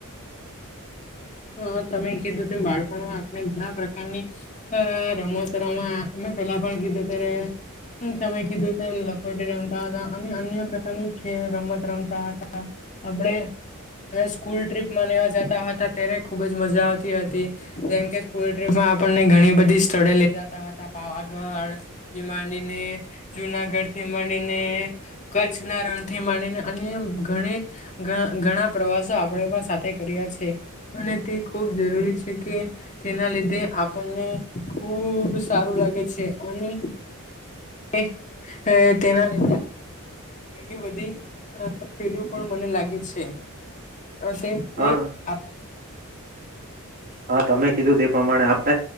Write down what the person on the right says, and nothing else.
હા હા તમે કીધું તે પ્રમાણે આપણે